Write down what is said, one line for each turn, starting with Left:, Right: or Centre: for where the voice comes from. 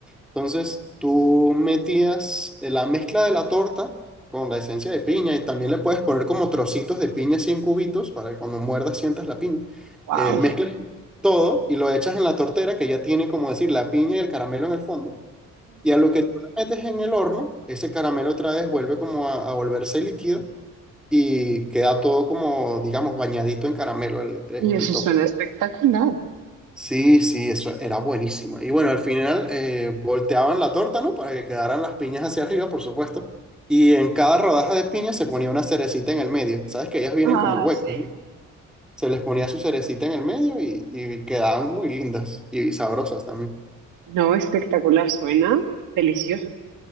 Centre: Entonces, tú metías eh, la mezcla de la torta con la esencia de piña y también le puedes poner como trocitos de piña así en cubitos para que cuando muerdas sientas la piña.
Right: Wow.
Centre: Eh, mezclas todo y lo echas en la tortera que ya tiene, como decir, la piña y el caramelo en el fondo. Y a lo que tú la metes en el horno, ese caramelo otra vez vuelve como a, a volverse líquido y queda todo como, digamos, bañadito en caramelo el- en
Right: Y eso
Centre: el tope.
Right: suena espectacular.
Centre: Sí, sí, eso era buenísimo. Y bueno, al final eh, volteaban la torta, ¿no? Para que quedaran las piñas hacia arriba, por supuesto. Y en cada rodaja de piña se ponía una cerecita en el medio. Sabes que ellas vienen
Right: Ah,
Centre: como huecas,
Right: sí.
Centre: ¿no? Se les ponía su cerecita en el medio y, y quedaban muy lindas y sabrosas también.
Right: No, espectacular, suena delicioso.